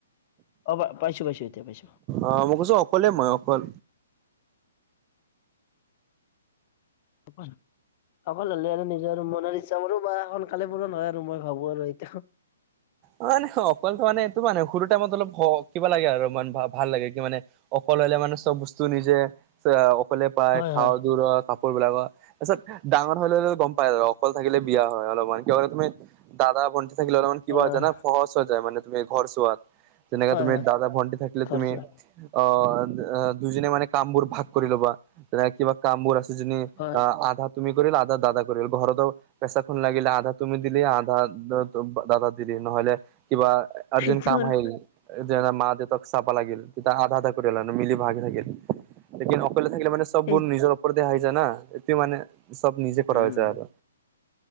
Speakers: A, on the left (about 40°); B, on the right (about 30°).
A: অ পাইছো পাইছো এতিয়া পাইছো
B: অ মই কৈছো অকলে মই অকল
A: অকলে হলে আৰু নিজৰ মনৰ ইচ্ছ মোৰো বা এখন কাইলে পৰৌ নহ‌য় আৰু মই ভাবো আৰু এতিয়া
B: অ অকলো মানে এইটো মানে সৰু টাইমত অলপ ভ কিবা লাগে আৰু মান ভাল লাগে কি মানে অকল হলে মানে চব বস্তু নিজে অকলে পায়
A: হয়
B: খাওঁ
A: হয়
B: দুৰৰ কা পোৰ বিলাকৰ তাৰ পিছত ডাঙৰ হলে গম পাই আৰু অকল থাকিলে বিয়া হয় অলপমান কিয় কাৰণ তুমি দাদা ভন্তি থাকিলে অলমান কিবা
A: আহ
B: হৈ যানা সহজ হৈ যায় মানে তুমি ঘৰ চুৱাত যেনেকে
A: হয়
B: তুমি
A: হয়
B: দাদা ভণ্টি থাকিল
A: খৰচা
B: তুমি অ দুইজনে মানে কাম বোৰ ভাগ কৰি ল'বা যেনেকে কিবা কামবোৰ আছে যিনি
A: হয়
B: আধা তুমি কৰিলে আধা দাদা কৰিলে ঘৰত আৰু পেচাখন লাগিলে আধা তুমি দিলি আধা দাদা দিলি নহলে কিবা আৰ্জেণ্ট
A: সেইটো
B: কাম
A: আৰু
B: আহিল যে মাক-দেউতাক চাবা লাগিল তেতিয়া আধা আধা মিলি ভাগি থাকিল লেকিন অকলে থাকিলে মানে চববোৰ
A: এই
B: নিজৰ আহি যায় না ইটো মানে চব নিজে কৰা
A: উম
B: হৈ যায় আৰু।